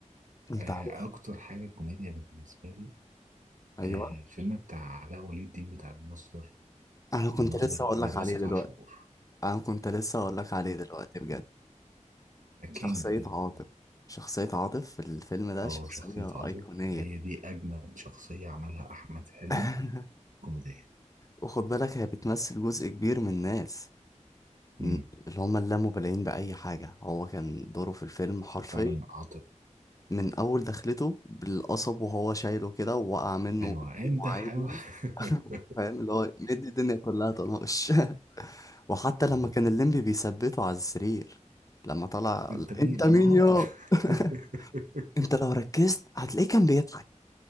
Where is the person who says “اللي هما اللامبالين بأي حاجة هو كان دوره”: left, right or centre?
Left